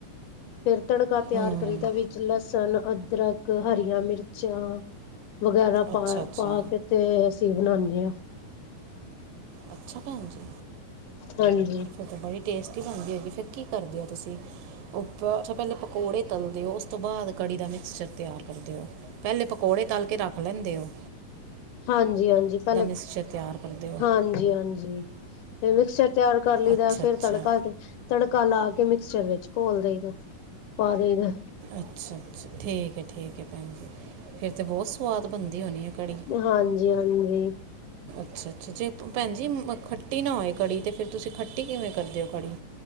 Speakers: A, on the left (about 75°); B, on the right (about 75°).
A: ਫਿਰ ਤੜਕਾ ਤਿਆਰ
B: ਹੂੰ
A: ਕਰੀ ਦਾ ਵੀ ਲਸਣ, ਅਦਰਕ, ਹਰੀਆਂ-ਮਿਰਚਾਂ ਵਗੈਰਾ
B: ਅੱਛਾ
A: ਪਾ-ਪਾ
B: ਅੱਛਾ
A: ਕੇ ਤੇ ਅਸੀ ਬਣਾਦੇ ਆ
B: ਅੱਛਾ ਭੈਣ ਜੀ-
A: ਹਾਂਜੀ-
B: ਫਿਰ ਬੜੀ ਟੇਸਟੀ ਬਨਦੀ ਹੋਏਗੀ ਫਿਰ ਕੀ ਕਰਦੇ ਓ ਤੁਸੀ? ਉਪਰ ਅਛਾ ਪਹਿਲੇ ਪਕੋੜੇ ਤਲਦੇ ਓ। ਉਸ ਤੋ ਬਾਅਦ ਕੜੀ ਦਾ ਮਿਕਸਚਰ ਤਿਆਰ ਕਰਦੇ ਹੋ ਪਹਿਲੇ ਪਕੋੜੇ ਤਲ ਕੇ ਰਖ ਲੈਦੇ ਓ।
A: ਹਾਂਜੀਹਾਂਜੀ ਪਹਿਲ
B: ਮਿਕਸਚਰ ਤਿਆਰ ਕਰਦੇ ਹੋ
A: ਹਾਂਜੀ, ਹਾਂਜੀ ਫਿਰ ਮਿਕਸਚਰ ਤਿਆਰ ਕਰ ਲਈਦਾ
B: ਅੱਛਾ
A: ਫੇਰ
B: ਅੱਛਾ
A: ਤੜਕਾ ਤੇ ਤੜਕਾ ਲਾ ਕੇ ਮਿਕਸਚਰ ਵਿਚ ਘੋਲ ਦੇਈਦਾ ਪਾ ਦੇਈਦਾ।
B: ਅਛਾ, ਅਛਾ ਠੀਕ ਹੈ। ਠੀਕ ਹੈ। ਭੈਣ ਜੀ ਫਿਰ ਤਾਂ ਬਹੁਤ ਸਵਾਦ ਬਣਦੀ ਹੋਣੀ ਐ ਕੜੀ?
A: ਹਾਂਜੀ, ਹਾਂਜੀ
B: ਅਛਾ, ਅਛਾ ਜੇ ਭੈਣ ਜ ਮ ਖੱਟੀ ਨਾ ਹੋਏ ਕੜੀ ਤਾਂ ਫਿਰ ਤੁਸੀ ਖੱਟੀ ਕਿਵੇ ਕਰਦੇ ਹੋ ਕੜੀ?